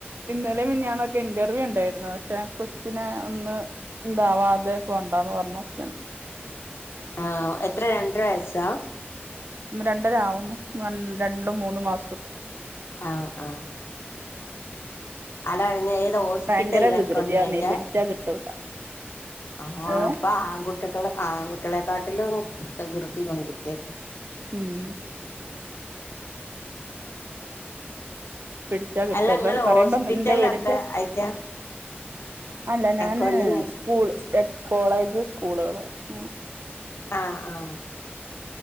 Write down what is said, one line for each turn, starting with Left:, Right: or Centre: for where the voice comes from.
Right: ഇന്നലെ മിനിയാനൊക്കെ ഇന്റർവ്യൂ ഉണ്ടായിരുന്നു പക്ഷെ കൊച്ചിനെ ഒന്ന് എന്താവാതെ പോണ്ടന്ന് പറഞ്ഞു ഹസ്ബന്ഡ്
Left: ആ എത്ര രണ്ടരവയസാ
Right: രണ്ടര ആവുന്നു രണ്ടും മൂന്നും മാസവും
Left: ആ ആ അതാങ്ങ ഏതോ ഹോസ്പിറ്റല
Right: ഭയങ്കര വികൃതിയാന്നേ
Left: എ ക്കോണ്ടിങ്ങയിട്ടാ
Right: പിടിച്ചാ
Left: <unintelligible>
Right: കിട്ടൂല
Left: ആ
Right: ഓ
Left: ഇപ്പൊ ആൺകുട്ടികള ആൺകുട്ടികളെക്കാ പല പ്രകർതി വങ്ങൂട്ടിയക്ക <unintelligible>
Right: ഉം പിടിച്ചാ കിട്ട
Left: അല്ല നിങ്ങള്
Right: പ പറയുമ്പോ
Left: ഹോസ്പിറ്റലിലൊക്കെ
Right: എന്റെ വീടിറെ <unintelligible>
Left: ആയിട്ടാ
Right: അല്ല ഞാന്
Left: അക്കൗണ്ടിങ്
Right: സ്കൂൾ കോളേജ് സ്കൂളുകള് അങ്ങനെ
Left: ആ ആ